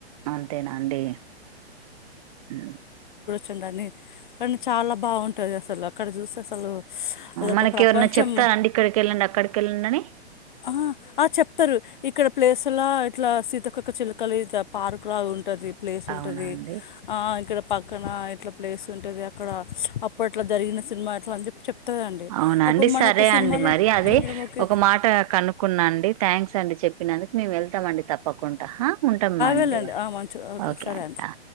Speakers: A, on the right; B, on the left.
A: అంతేనా అండి. హు
B: చుండాన్ని కానీ చాలా బావుంటాది అసల అక్కడ చూసి అసలు స్ అదొక
A: మనకి
B: ప్రపంచం.
A: ఎవరన్నా చెప్తారండి ఇక్కడికి వెళ్ళండి అక్కడికి వెళ్ళండి అని
B: ఆహ ఆ చెప్తారు ఇక్కడ ప్లేస్లా ఇట్లా సి సీతాకోక చిలకలు ఇద పార్క్ లా ఉంటది. ప్లేస్
A: అవునా
B: ఉంటది.
A: అండి
B: ఆ ఇక్కడ పక్కన ఎట్లా ప్లేస్ ఉంటది. అక్కడ ‌అప్పట్లో జరిగిన సినిమా ఇట్లా అని చెప్పి చెప్తుందండి
A: అవునండి
B: అప్పుడు
A: సరే
B: మనకు సినిమాలు
A: అండి మరి అదే
B: చంద్రముఖి
A: ఒక మాట కనుక్కున్నా అండి థ్యాంక్స్ అండి చెప్పినందుకు మేము వెళ్ స్తమండి తప్పకుండా హా ఉంటామాండి
B: వెళ్ళండి
A: మరి
B: మంచి
A: ఓకే
B: సరే
A: అండి హా